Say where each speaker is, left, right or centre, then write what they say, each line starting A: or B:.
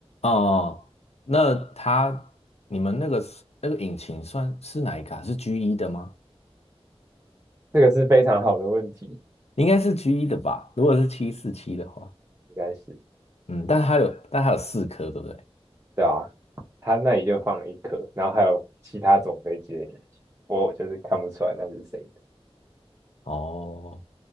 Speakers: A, on the left (about 80°); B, on the right (about 25°).
A: 哦，那它你们那个是那个引擎算是哪一卡？是 G 一的吗？
B: 这个是非常好的问题。
A: 应该是 G 一的吧？如果是七四七的话。
B: 应该是
A: 嗯，但它有，但它有四颗，对不对？
B: 对啊，他那里就放了一颗，然后还有其他种飞机的眼睛，我就是看不出来那是谁的，
A: 哦，